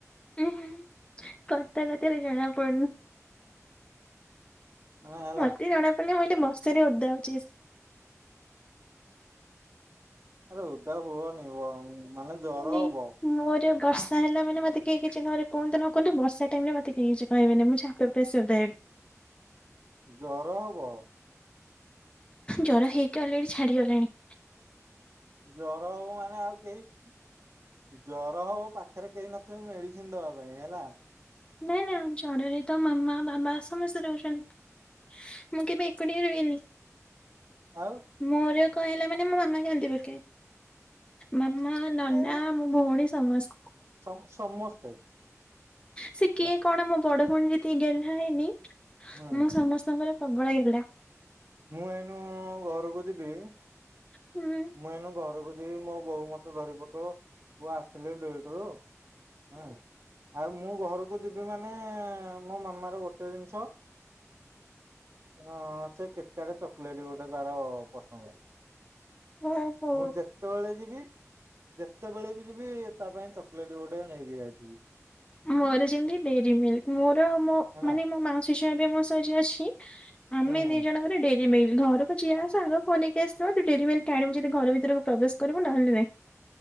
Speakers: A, on the left; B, on the right.
A: ଉଁ ହୁଁ କଥା କଥାରେ ଜଣା ପଡୁନି,
B: ମାନେ ହେଲା
A: ମତେ ଜଣା ମାନେ ଗୋଟେ ବର୍ଷାରେ ଓଦା ହଉଛି।
B: ଆରେ ଓଦା ହୁଅନି ଆଉ ମାନେ ଜର
A: ନି
B: ହବ।
A: ମୋର ବର୍ଷା ହେଲେ ମାନେ ମତେ କେହି କିଛି ଘରେ କୁହନ୍ତୁ ନ କୁହନ୍ତୁ। ବର୍ଷା ଟାଇମ ରେ ମତେ କେହି କିଛି କହିବିନି ମୁଁ ଛାତ ଉପେସଧି <unintelligible>
B: ଜର ହବ।
A: ଜର ହେଇକି ଅଲରାଡି ଛାଡିଗଲେଣି।
B: ଜର ହଉ ମାନେ ଆଉ କେହି- ଜର ହଉ ପାଖରେ କେହି ନଥିବେ ମେଡିସିନ ଦବା ପାଇଁ ହେଲା।
A: ନାଇଁ ନାଇଁ ଜ୍ୱରରେ ତ ମାମା ବାବା ସମସ୍ତେ ରହୁଛନ୍ତି। ମୁଁ କେବେ- ଏକୁଟିଆ ରୁହେନୀ।
B: ଆଉ
A: ମୋର କହିଲା ମାନେ ମୋ ମା କାନ୍ଦି ପକାଏ। ମାମା, ନନା,
B: ଏ
A: ମୋ ଭଉଣୀ ସମସ୍ତ।
B: ସମ ସମସ୍ତେ-
A: ସେ
B: ହେଲା
A: କିଏ କଣ ମୋ ବଡ ଭଉଣ ଯେତିକି ଗେଲ୍ହା ହେଇଁନି,
B: ହୁଁ
A: ମୁଁ ସମସ୍ତଙ୍କର- ସବୁବେଳେ ହେଇଲା <unintelligible>
B: ମୁଁ ଏଇନୁ ଘରକୁ ଯିବି
A: ହୁଁ
B: ମୁଁ ଏଇନୁ ଘରକୁ ଯିବି। ହେ ମୋ ବୋଉ ମତେ ଧରିପକାଅ ପୁଅ ଆସିଥିଲେ <unintelligible> ଆଉ ମୁଁ ଘରକୁ ଯିବି ମାନେ, ମୋ ମାମାର ଗୋଟେ ଜିନିଷ- ହଁ ସେ କେତଟା ଚକୋଲେଟ ଗୋଟେ ତାର ପସନ୍ଦ।
A: ଓହୋ।
B: ମୁଁ ଯେତେବେଳେ ଯିବି, ଯେତେବେଳେ ବି ଯିବି ତା ପାଇଁ ଚକୋଲେଟ ଗୋଟେ ନେଇକି ଯାଇଥିବି।
A: ମୋର ଯେମତି ଡେରିମୀଲକ ମୋର ମୋ
B: ହେଲା
A: ମାନେ ମୋ ମାଉସୀ ଝିଅ <unintelligible> ଯିଏ ଅଛି ଆମେ
B: ହୁଁ ହୁଁ
A: ଦି ଜଣଙ୍କ ଡେରିମୀଲକ ଘରକୁ ଯିଆ ଆସ ଆଗକୁ ନେଇକି ଆସିଥିବ। ତୁ ଡେରିମୀଲକ ଆଣିବୁ ଯଦି ଘର ଭିତରକୁ ପ୍ରବେଶ କରିବୁ ନହେଲେ ନାଇଁ।